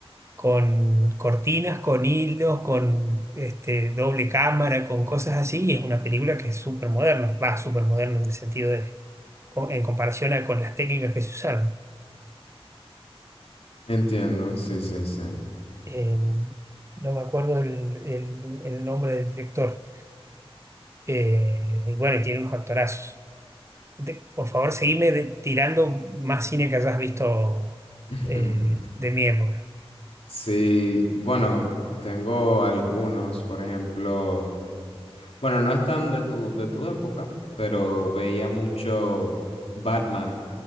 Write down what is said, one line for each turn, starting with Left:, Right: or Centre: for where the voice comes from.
Right: con cortinas, con hilos, con este, doble cámara, con cosas así. Y es una película que es súper moderna, va, súper moderna en el sentido de, co- en comparación a con las técnicas que se usaron.
Left: Entiendo, sí, sí, sí.
Right: Eh, no me acuerdo el, el- el nombre del director. Eh, y bueno, y tiene unos actorazos. de- por favor, seguime de- tirando más cine que hayas visto
Left: <laughs>
Right: eh, de mi época.
Left: Sí, bueno, tengo algunos, por ejemplo, bueno, no están de tu, de tu época, pero veía mucho Batman,